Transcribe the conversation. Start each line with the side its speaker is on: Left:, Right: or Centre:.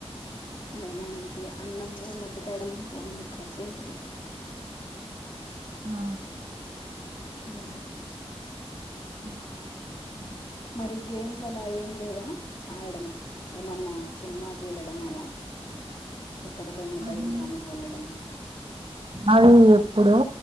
Left: మధ్యానానికి అన్నము మట్టికాడలింపు ఉంది కడ్ చేసి పెట్
Right: ఆ
Left: హుమ్
Right: <inaudible>
Left: రి గేమ్స్ అలా ఏం లేవా ఆడడము ఏమన్నా సినిమాకు వెళ్ళడం అలా ఎక్కడికైనా
Right: అదీ
Left: బయటికి అందుకు వెళ్ళడము
Right: అది ఎప్పుడొ